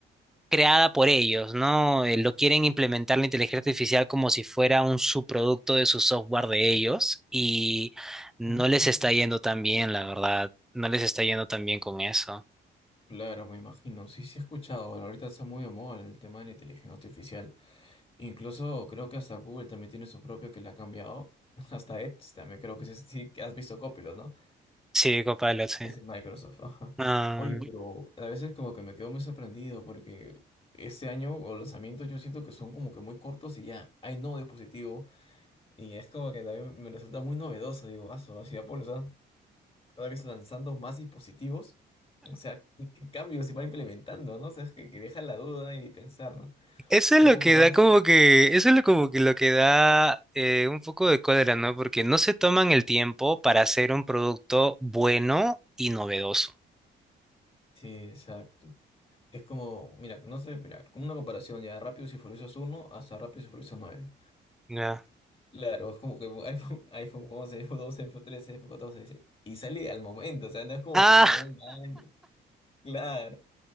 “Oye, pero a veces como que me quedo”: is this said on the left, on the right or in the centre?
Left